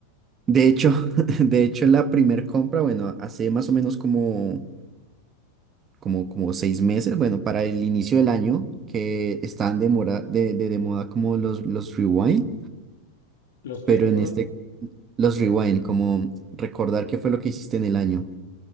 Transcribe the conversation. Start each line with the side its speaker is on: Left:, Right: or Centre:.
Right: de hecho, <laughs> de hecho la primer compra, bueno, hace más o menos como, como, como 6 meses, bueno, para el inicio del año, que están de, mora- de, de, de moda como los, los rewind,
Left: ¿Los qué,
Right: pero
Left: perdón?
Right: en este, los rewind, como recordar qué fue lo que hiciste en el año.